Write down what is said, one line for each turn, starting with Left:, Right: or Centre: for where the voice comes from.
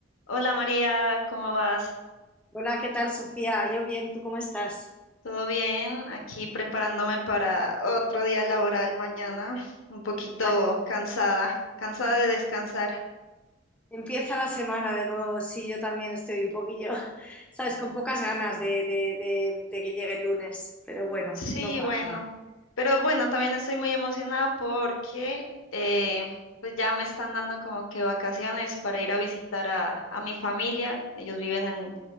Left: Hola María, ¿cómo vas?
Centre: Hola, ¿qué tal, Sofía? Yo bien, ¿tú cómo estás?
Left: ¿Todo bien? Aquí preparándome para otro día laboral mañana, un poquito
Centre: Ay,
Left: cansada, cansada de descansar.
Centre: Empieza la semana de nuevo, sí, yo también estoy un poquillo, <laughs> sabes, con pocas ganas de, de- de- de que llegue el lunes, pero bueno,
Left: Sí,
Centre: no pasa
Left: bueno,
Centre: nada.
Left: pero bueno, también estoy muy emocionada porque eh, pues ya me están dando como que vacaciones para ir a visitar a, a mi familia. Ellos viven en